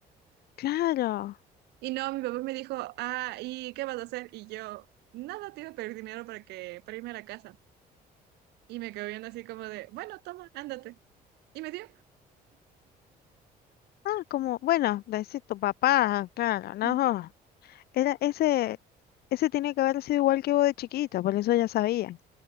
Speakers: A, on the left; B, on the right.
A: claro.
B: Y no, mi papá me dijo, ah, ¿y qué vas a hacer? Y yo, nada, te iba a pedir dinero para que, para irme a la casa. Y me quedó viendo así como de, bueno, toma, ándate. Y me dio.
A: Ah, como, bueno, decir tu papá, claro, no.
B: <laughs>
A: Era ese, ese tiene que haber sido igual que vos de chiquita, por eso ya sabía.